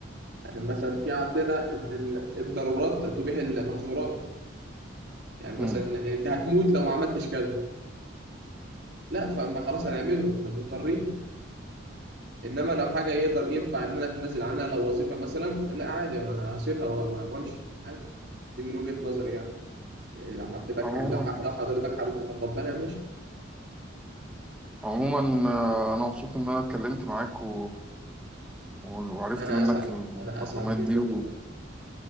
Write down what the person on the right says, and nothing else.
يعني مثلا في عندنا إن ال- الضرورات تبيح المحظورات يعني
مثلا انت هتموت لو ما عملتش كذا لا فما خلاص هنعمله احنا مضطرين انما لو حاجه يقدر ينفع ان انا اتنازل عنها لو وظيفه مثلا لا عادي ما انا هسيبها و- و- وامشي عادي دي من وجهه نظري يعني إيه، لو حبيتك
حب... لو حب... لو حضرتك حابب تتقبلها ماشي
انا
اسعد
انا اسعد جدا
والله